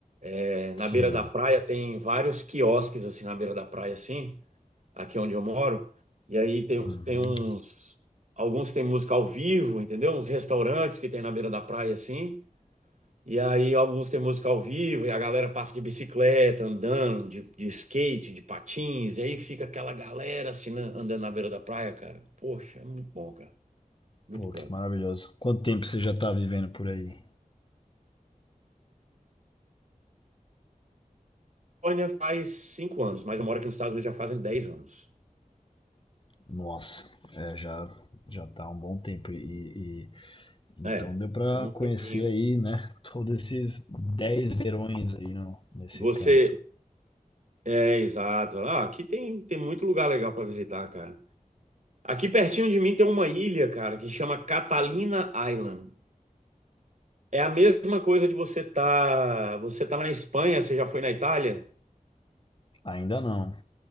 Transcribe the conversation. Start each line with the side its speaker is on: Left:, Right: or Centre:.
Right: Eh, na
Left: Sim.
Right: beira da praia tem vários quiosques assim na beira da praia, assim, aqui onde eu moro. E aí tem,
Left: Uhum.
Right: tem uns, alguns tem música ao vivo, entendeu? Uns restaurantes que tem na beira da praia, assim. E aí alguns tem música ao vivo e a galera passa de bicicleta, andando, de, de skate, de patins. E aí fica aquela galera assim na- andando na beira da praia, cara. Poxa, é muito bom, cara. Muito
Left: Pô, que
Right: bom.
Left: maravilhoso. Quanto tempo você já está vivendo por aí?
Right: Polônia faz cinco anos, mas eu moro aqui nos Estados Unidos já fazem dez anos.
Left: Nossa, é, já já tá há um bom tempo e- Então
Right: É,
Left: deu para
Right: é um tempinho.
Left: conhecer aí, né, <laughs> todos esses 10 verões aí no- nesse
Right: Você.
Left: canto.
Right: É, exato. Ah, aqui tem, tem muito lugar legal para visitar, cara. Aqui pertinho de mim tem uma ilha, cara, que chama Catalina Island. É a mesma coisa de você tá, você tá na Espanha, você já foi na Itália?
Left: Ainda não,